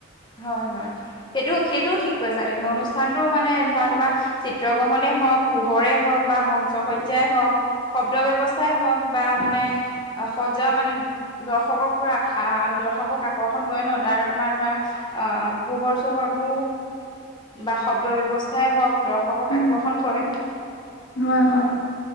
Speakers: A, on the left; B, on the left.
A: হয়, হয়, সেইটো-সেইটোও ঠিক কৈছা তুমি অনুষ্ঠানতটো মানে ধৰা তোমাৰ চিত্ৰ গ্ৰহনে হওক, পোহৰে হওক বা মঞ্চ শজাই হওক শব্দ ব্যৱস্থাই হওক বা মানে সজাও মানে দৰ্শকক পুৰা আহ দৰ্শকক আকৰ্ষণ কৰে ন তাৰ তোমাৰ ধৰা আহ, পোহৰ চোহৰবোৰ বা শব্দ ব্যৱস্থাই হওক, দৰ্শকক
B: উম।
A: আকৰ্ষণ কৰে খুব।
B: হয় হয়